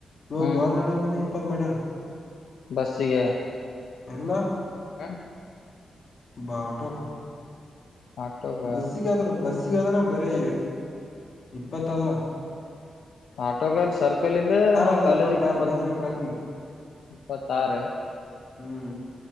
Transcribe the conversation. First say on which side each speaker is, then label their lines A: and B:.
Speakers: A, on the left; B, on the left.
A: ಇವ
B: ಹ್ಮ್
A: ದೋರ್ನಳ್ಳಿಂದ ಇಪ್ಪತ್ ಮಡ್ಯಾರ
B: ಬಸ್ಸಿಗೆ
A: ಇಲ್ಲಾ
B: ಹೂ
A: ಬಾ ಆಟೋ ಗ
B: ಆಟೋಗ
A: ಬಸ್ಸಿಗಾದ್ರ ಬಸ್ಸಿಗಾದ್ರ ಬರೀ ಇಪ್ಪತ್ತ ಅವ
B: ಆಟೋಗಲ್ಲಿ ಸರ್ಕಲ್ಂದ ನಮ್
A: ಅದ
B: ಕಾಲೇಜಿಗೆ
A: ಇಪ್ಪತ್ತಾರ
B: ಇಪ್ಪತ್
A: ಬೇಂದ್ರೆ ಕ್ರಾಸಿಗೆ
B: ಇಪ್ಪತಾರ್
A: ಹ್ಮ್